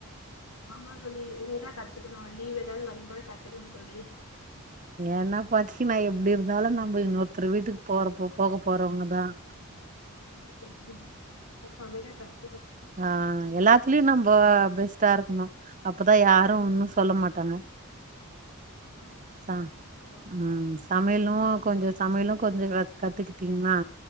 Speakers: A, on the left; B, on the right.
A: ஆமா தோழி இனிதா கத்துக்கணு லீவ் ஏதாவது வந்தா கத்துக்கணு தோழி
B: ஏன்னா பாத்தீங்க நான் எப்டி இருந்தாலு நம்ம இன்னொருத்தர் வீட்டுக்கு போற போக போறவங்கதான்
A: ஆமா தோழி சமைக்க கத்துகணு
B: அ எல்லாத்துலயு நம்ம பெஸ்டா இருக்கணு அப்பதா யாரும் ஒன்னு சொல்ல மாட்டாங்க
A: ஆமா தோழி
B: ச
A: அதுவும் கரெக்ட் தான்
B: அ சமையலு கொஞ்சோ சமையலு கொஞ்சோ கத்துக்கிட்டீங்கன்னா